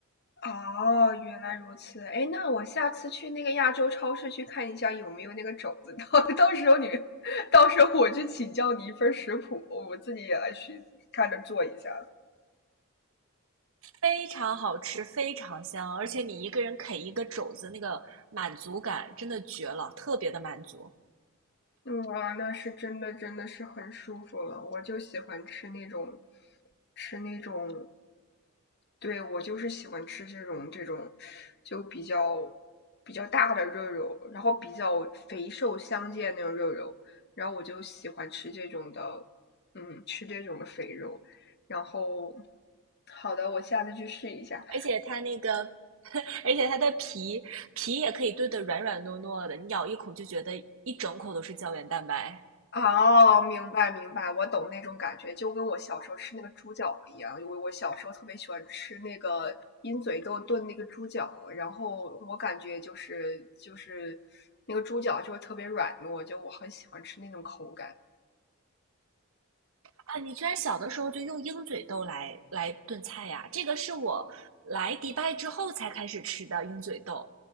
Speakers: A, on the left (about 45°); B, on the right (about 65°).
A: 哦，原来如此。哎，那我下次去那个亚洲超市去看一下有没有那个肘子，到到时候你，到时候我去请教你一份食谱，我自己也来去看着做一下。
B: 非常好吃，非常香，而且你一个人啃一个肘子，那个满足感真的绝了，特别的满足。
A: 哇，那是真的，真的是很舒服了。我就喜欢吃那种，吃那种，对，我就是喜欢吃这种这种，就比较比较大的肉肉，然后比较肥瘦相间那种肉肉，然后我就喜欢吃这种的，嗯，吃这种的肥肉。然后，好的，我下次去试一下。
B: 而且它那个，而且它的皮皮也可以炖得软软糯糯的，你咬一口就觉得一整口都是胶原蛋白。
A: 哦，明白明白，我懂那种感觉，就跟我小时候吃那个猪脚一样。因为我小时候特别喜欢吃那个鹰嘴豆炖那个猪脚，然后我感觉就是就是那个猪脚就会特别软糯，就我很喜欢吃那种口感。
B: 啊，你居然小的时候就用鹰嘴豆来来炖菜呀？这个是我来迪拜之后才开始吃的鹰嘴豆